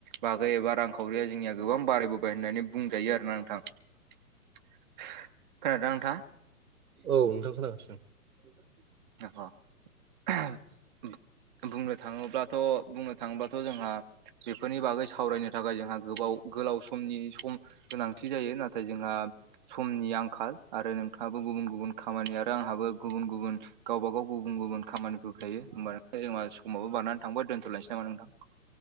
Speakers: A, on the right; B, on the right.
A: बागै एबा रांखावरिया जोंनिया गोबां बारायबोबाय होननानै बुंजायो आरो खोनाथां खोनादों ना नोंथां
B: औ नोंथां खोनागासिनो <inaudible>
A: <unintelligible> बुंनो थाङोब्लाथ' बुंनो थाङोब्लाथ' जोंहा बेफोरनि बागै सावरायनो थाखाय जोंहा गोबाव गोलाव समनि सम गोनांथि जायो नाथाय जोंहा समनि आंखाल आरो नोंथाङाबो गुबुन गुबुन खामानि आरो आंहाबो गुबुन गुबुन गावबाागाव गुबुन गुबुन खामानिफोर थायो होमबा जोंहा समावबो बारानानै थांबाय दोनथ'लायसै नामा नोंथां <inaudible>